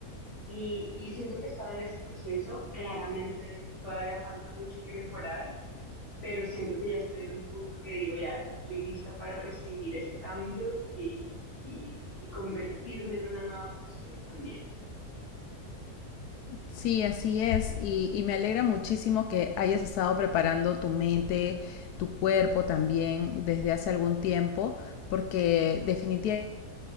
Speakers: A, on the left; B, on the left.
A: y, y siento que he estado en ese proceso, claramente todavía falta mucho que mejorar, pero siento que ya estoy en un punto que digo, ya, ya estoy lista para recibir ese cambio y, y, y convertirme en una nueva persona también.
B: Sí, así es. Y, y me alegra muchísimo que hayas estado preparando tu mente, tu cuerpo también desde hace algún tiempo, porque definitivamente